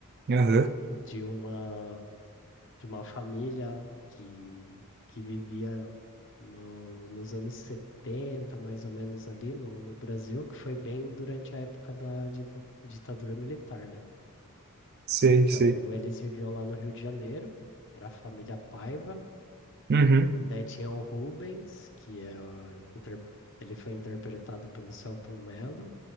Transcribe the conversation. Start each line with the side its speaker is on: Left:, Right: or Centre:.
Right: Aham.
Left: de uma de uma família que que vivia no, nos anos 70 mais ou menos ali no, no Brasil, que foi bem durante a época da dita- ditadura militar, né?
Right: Sei,
Left: Então,
Right: sei.
Left: eles viviam lá no Rio de Janeiro, era a família Paiva,
Right: Uhum.
Left: e daí tinha o Rubens, que é a inter- ele foi interpretado pelo Selton Mello,